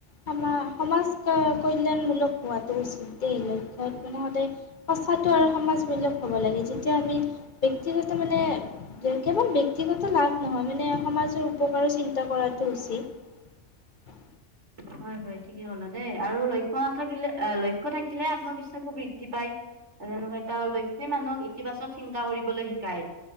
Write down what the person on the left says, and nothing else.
সমা- সমাজ ক্ কল্যাণমূলক হোৱাটো উচিত দেই। লক্ষ্‌ ক্ষ্য মানে সদায় সঁচাটো আৰু সমাজ বেলেক হ'ব লাগে যেতিয়া আমি ব্যক্তিগত মানে দে কেৱল বিক্‌ ব্যক্তিগত লাভ নহয় মানে সমাজৰ উপকাৰো চিন্তা কৰাটো উচিত।